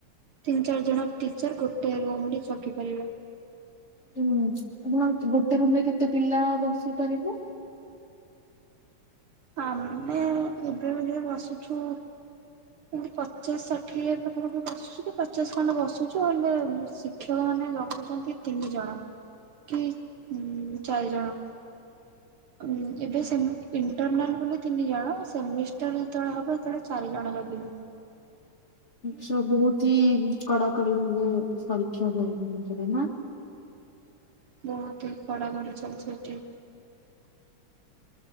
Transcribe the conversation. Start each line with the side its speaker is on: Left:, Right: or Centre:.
Right: ତିନି ଚାରିଜଣ ଟିଚର ଗୋଟେ ରୁମରେ ଜଗିପାରିବେ।
Left: ହୁଁ ଏବଂ ଗୋଟେ ରୁମରେ କେତେ ପିଲା ବସି ପାରିବ।
Right: ଆମେ ଏବେ ଏବେ ବସୁଛୁ ପୁଣି ପଚାଶ ଷାଠିଏ ପାଖାପାଖି ବସୁଚୁ କି ପଚାଶ ଖଣ୍ଡ ବସୁଚୁ ହେଲେ ଶିକ୍ଷକମାନେ ଜଗୁଛନ୍ତି ତିନିଜଣ କି ଉଁ-ଚାରିଜଣ। ଉଁ ଏବେ ଇଣ୍ଟର୍ନାଲ୍ ବୋଲି ତିନିଜଣ ସେମିଷ୍ଟାର ଯେତେବେଳେ ହବ ସେତେବେଳେ ଚାରିଜଣ ଜଗ୍ ଗିବେ
Left: ସେ ବୋହୁତ ହି କଡାକଡି ଯୋଉ ପରୀକ୍ଷା ହୁଏ <unintelligible> ନା।
Right: ବୋହୁତ ହି କଡାକଡି ଚାଲିଛି ଏଠି।